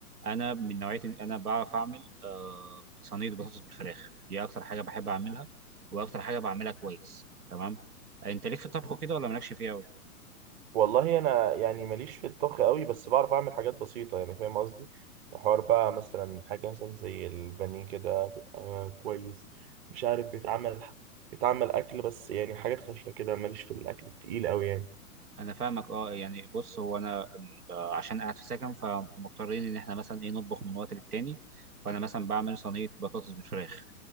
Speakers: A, on the right; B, on the right.
A: انا من نوعيه إن انا بعرف اعمل آه، صينيه بطاطس بالفراخ دي اكتر حاجه بحب اعملها واكتر حاجه بعملها كويس تمام انت ليك في الطبخ كده ولا مالكش فيها
B: والله انا يعني ماليش في الطبخ قوي بس بعرف اعمل حاجات بسيطه يعني فاهم قصدي حوار بقى مثلا حاجه مثلا زي البانيه كده بيبقى كويس مش عارف بيتعمل بيتعمل اكل بس يعني حاجات خفيفه كده ماليش في الاكل التقيل قوي يعني
A: انا فاهمك اه يعني بص هو انا آه، عشان قاعد في سكن فمضطرين ان احنا مثلا ايه نطبخ من وقت للتاني فانا مثلا بعمل صينيه بطاطس بالفراخ